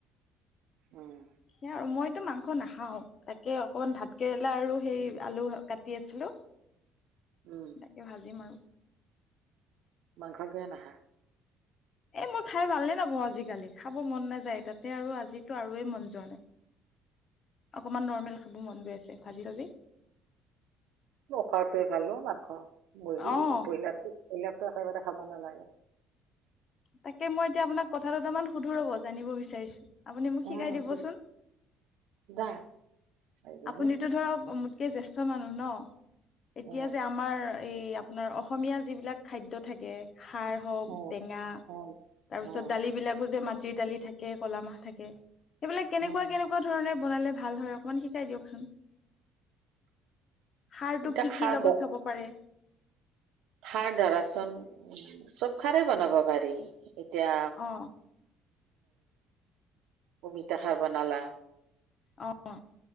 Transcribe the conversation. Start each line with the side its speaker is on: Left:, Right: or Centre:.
Right: উম
Left: সেইয়া আৰু মইতো মাংস নাখাওঁ তাকে অকমান ভাত কেৰেলা আৰু সেই আলু কাটি আছিলো।
Right: উম
Left: তাকে ভাজিম আৰু-
Right: মাংস কিয় নাখা।
Left: এ মই খাই ভাল নে নাপাওঁ আজিকালি খাব মন নাযায় তাতে আৰু আজি আৰুয়েই মন যোৱা নাই। অকনমান নৰ্মেল খাব মন গৈ আছে ভাজি চাজি
Right: নোখোৱাটোৱে ভাল মাংস মুৰ্গী
Left: অ
Right: ব্ৰইলাৰটো ব্ৰইলাৰতো একেবাৰে খাব নালাগে।
Left: তাকে মই এতিয়া আপোনাক কথাদুটামান সুধেৰ হ'ব জানিব বিচাৰিছো- আপুনি মোক শিকাই
Right: উম
Left: দিবচোন
Right: দা এইজনী
Left: আপুনিতটো ধৰক কে জেষ্ঠ মানুহ ন এতিয়া
Right: উম
Left: যে আমাৰ এই আপোনাৰ অসমীয়া যিবিলাক খাদ্য থাকে খাৰ হওঁক
Right: উম
Left: টেঙা
Right: উম
Left: তাৰপিছত
Right: উম
Left: দালি বিলাকো যে মাটিৰ দালি থাকে কলা মাহ থাকে সেইবিলাক কেনেকুৱা
Right: উম
Left: কেনেকুৱা ধৰণে বনালে ভাল হয় অকমান শিকাই দিয়কচোন- খাৰটো
Right: এতিয়া
Left: কি
Right: খাৰ
Left: কি লগত
Right: ব
Left: হব পাৰে
Right: খাৰ ধৰাচোন চব খাৰেই বনাব পাৰি এতিয়া
Left: অ
Right: অমিতা খাৰ বনালা
Left: অহ